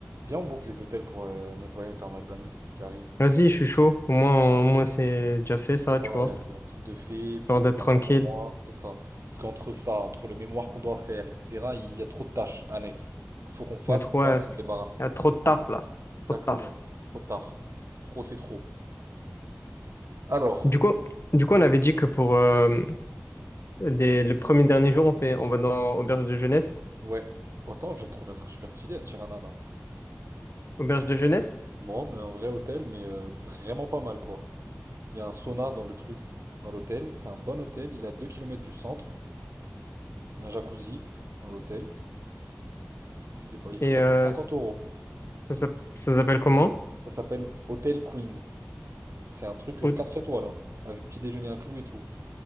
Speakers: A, on the right; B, on the left.
A: Viens, on boucle les hôtels pour euh, notre voyage en Albanie qui arrive.
B: Vas-y, je suis chaud. Au moins, au moins c'est déjà fait, ça,
A: Ouais,
B: tu vois.
A: un truc de fait, puis
B: Genre d'être
A: c'est dans
B: tranquille.
A: moins d'un mois, c'est ça. Parce qu'entre ça, entre le mémoire qu'on doit faire, etc., il y a trop de tâches annexes. Faut qu'on fasse,
B: De trop,
A: comme ça
B: il
A: on se débarrasse.
B: y a trop de taf, là.
A: Exactement.
B: Trop de taf.
A: Trop de taf. Trop, c'est trop. Alors,
B: Du coup, du coup, on avait dit que pour euh, les- le premier dernier jour, on fait, on va dans auberge de jeunesse.
A: ouais. Autant je viens de trouver un truc super stylé à Tirana, là.
B: Auberge de jeunesse.
A: Non, mais un vrai hôtel, mais euh, vraiment pas mal, quoi. Il y a un sauna dans le truc, dans l'hôtel. C'est un bon hôtel, il est à 2 kilomètres du centre. Il y a un jacuzzi dans l'hôtel. Il est pas... il-
B: Et
A: Ça
B: euh,
A: coûte 50
B: ça,
A: euros.
B: ça, ça s'appelle comment?
A: Ça s'appelle Hotel Queen. C'est un truc
B: Hô-
A: euh, 4 étoiles, hein, avec petit déjeuner inclus et tout.